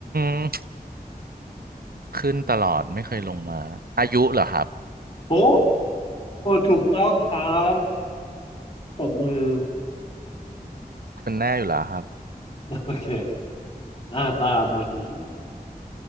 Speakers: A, on the right; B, on the left.
A: มขึ้นตลอดไม่เคยลงมาอายุเหรอครับ
B: โอ้ถูกต้องครับปรบมือ
A: เป็นแน่อยู่แล้วครับ
B: โอเคอ่าตามาคุณชง